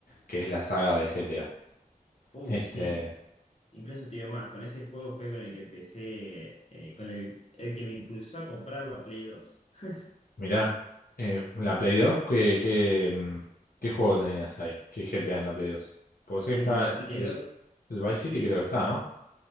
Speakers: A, on the left; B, on the left.
A: que es la saga de GTA.
B: Uy,
A: Este,
B: sí. Incluso te digo más, con ese juego fue con el que empecé, eh, con el, el que me impulsó a comprar la Play dos. <laughs>
A: Mirá, eh, la Play dos, ¿qué, qué, mm, qué juego tenías ahí? ¿Qué GTA en la Play dos. Porque sé
B: En
A: que está
B: la Play
A: el,
B: dos,
A: el Vice City,
B: sí.
A: creo que está, ¿no?